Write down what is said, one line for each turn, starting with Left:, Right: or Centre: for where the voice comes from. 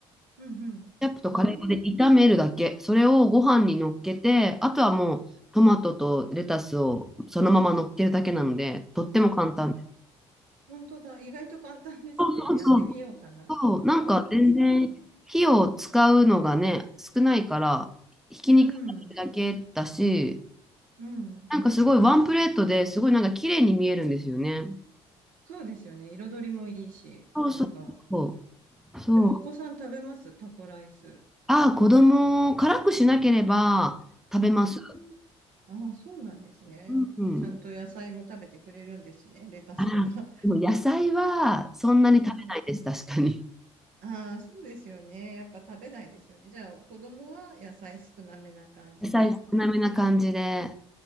Right: うん、うん。
Centre: ケチャップとカレー粉で炒めるだけ。
Right: あ
Centre: それをご飯に乗っけて、あとはもうトマトとレタスをそのまま乗っけるだけなので、とっても簡単です。
Right: ーあ、本当だ。意外と簡単ですね。
Centre: そうそうそう。
Right: やってみようかな。
Centre: そうなんか全然火を使うのがね、
Right: <laughs> ああ、そうなんです。
Centre: 少ないから、ひき肉だけだし、
Right: うん、うん。
Centre: なんかすごいワンプレートですごいなんか綺麗に見えるんですよね。
Right: そうですよね。彩りもいいし、
Centre: そうそうそ
Right: なんか。
Centre: う。そう。
Right: でもお子さん食べますタコライス。
Centre: ああ、子供を辛くしなければ食べます。
Right: うんああ、そうなんですね。
Centre: うん。
Right: ちゃんと野菜も食べてくれるんですね。レタスとか。
Centre: あら、でも野菜はそんなに食べないです、
Right: うん。
Centre: 確かに。
Right: ああ、そうですよね。やっぱ食べないですよね。じゃあ、子供は野菜少なめな感じでっていう。
Centre: <laughs> 野菜少なめな感じで。